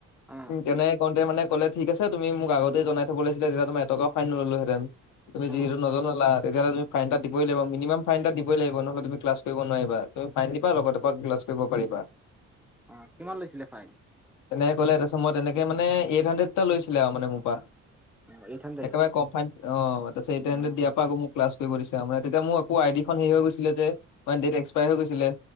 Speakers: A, in the centre; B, on the left.
A: অ
B: উম, তেনেকে কওঁতে মানে ক'লে ঠিক আছে তুমি মোক আগতেই জনাই থ'ব লিছিলা যেতিয়া, তোমাৰ এটকা ফাইন নললোহেঁতেন তুমি
A: অ
B: যিহেতু, নজনাালা। তেতিয়াহ'লে তুমি ফাইন এটা দিবই লাগিব মিনিমাম ফাইনএটা দিবই লাগিব ন'হলে তুমি ক্লাছ কৰিব নোৱাৰিবা, তুম ফাইন দিবা লগৰটো পৰা ক্লাছ কৰিব পাৰিবা।
A: অ', কিমান লৈছিলে ফাইন?
B: তেনেকে ক'লে তাৰপছত মই তেনেক মানে এই হাণ্ড্ৰেড এটা লৈছিলে আৰু মানে মোৰ পৰা।
A: অ এইট হাণ্ড্ৰেড
B: একেবাৰে কম ফাইন অ', তাৰপিছত এইথ
A: অ
B: হান্দ্ৰেদ দিয়াৰ পৰা আকৌ মোক ক্লাছ কৰিব দিছ আৰু মানে, তেতিয়া মোৰ আকৌ আই ডিখন হেৰি হৈ গৈছিলে যে, মানে ডেট এক্সপায়াৰ হৈ গৈছিলে।